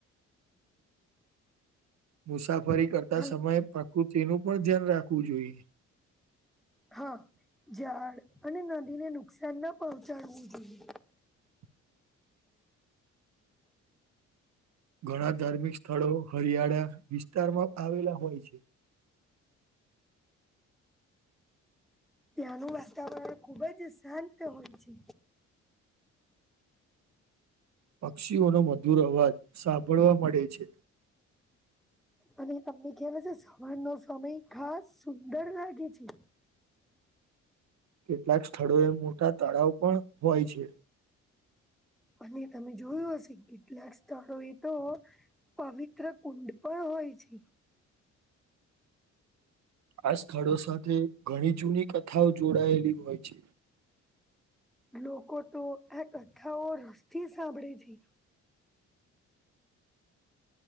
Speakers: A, on the right; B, in the centre.
A: મુસાફરી કરતા
B: હલો
A: સમયે પ્રકૃતિ તેનું પણ ધ્યાન રાખવું જોઈએ
B: હા ઝાડ અને નદીને નુકસાન ના પહોંચાડવું જોઈએ.
A: <inaudible> ઘણા ધાર્મિક સ્થળો હરિયાળા વિસ્તારમાં આવેલા હોય છે.
B: ત્યાાનુ વાતાવરણ ખૂબ જ શાંત હોય છે
A: પક્ષીઓનો મધુર અવાજ સાંભળવા મળે છે
B: અને તમને ખ્યાલ હસે સવારનો સમય ખાસ સુંદર લાગે છે
A: કેટલાક સ્થળોએ મોટા તળાવ પણ હોય છે
B: અને તમે જોયું હશે કેટલાક સ્થળો એ તો પવિત્ર કુંડ પણ હોય છે
A: આ સ્થળો સાથે ઘણી જૂની કથાઓ જોડાયેલી હોય છે
B: લોકો તો આ કથાઓ રસથી સાંભળે છે